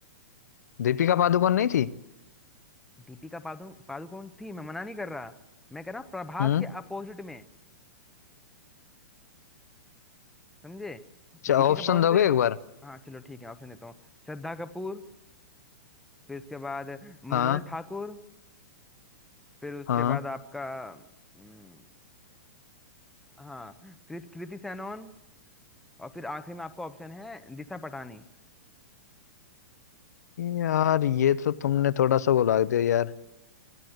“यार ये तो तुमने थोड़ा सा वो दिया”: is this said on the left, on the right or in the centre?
Left